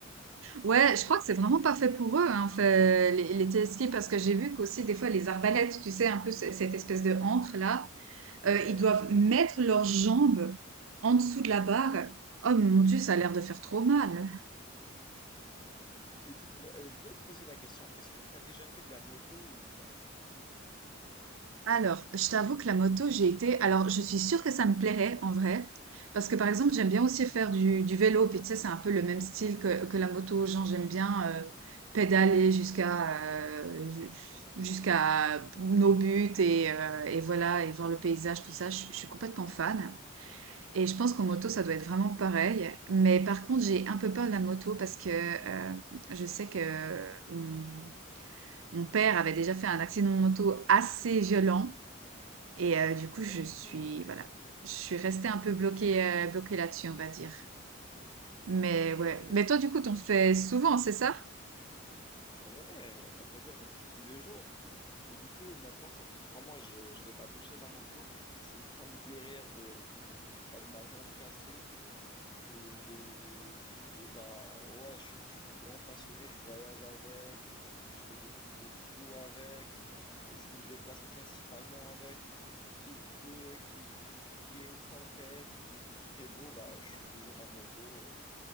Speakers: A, on the right (about 75°); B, on the left (about 20°).
A: Ouais, je crois que c'est vraiment pas fait pour eux, hein, fait, les, les téléskis, parce que j'ai vu qu'aussi des fois les arbalètes, tu sais, un peu ce- cette espèce de ancre là. Euh,
B: Ouais.
A: ils doivent mettre leurs jambes en dessous de la barre. Oh mon Dieu, ça a l'air de faire trop mal.
B: Et du coup, euh, je voulais te poser la question. Est-ce que tu as déjà fait de la moto ou bien jamais?
A: Alors, je t'avoue que la moto, j'ai été... Alors, je suis sûre que ça me plairait en vrai. Parce que par exemple, j'aime bien
B: Mhm.
A: aussi faire du, du vélo. Puis tu sais, c'est un peu le même style que, que la moto. Genre, j'aime bien euh, pédaler jusqu'à euh, ju- jusqu'à nos buts et, euh, et voilà, et voir le paysage, tout ça. Je je suis complètement fan. Et je pense
B: Ok.
A: qu'en moto, ça doit être vraiment pareil. Mais par contre, j'ai un peu peur de la moto parce que euh, je sais que mon, mon père avait déjà fait un accident de moto assez violent. Et euh, du coup, je
B: D'accord.
A: suis, voilà, je suis restée un peu bloquée, euh, bloquée là-dessus, on va dire. Mais
B: Ok.
A: ouais. Mais toi, du coup, t'en fais souvent, c'est ça?
B: Ouais, à vrai dire, j'en fais tous les jours. Mais du coup, maintenant, ça fait trois mois, je ne l'ai pas touché ma moto, parce que je suis en train de guérir de, bah, de ma jambe cassée. Euh, du coup, bah ouais, je, suis je suis un grand passionné, je voyage avec, je fais des trucs de fou avec, je me déplace principalement avec. Qu'il pleut, qu'il qu'il y ait une tempête, qu'il qu'il fait beau, bah je suis toujours en moto.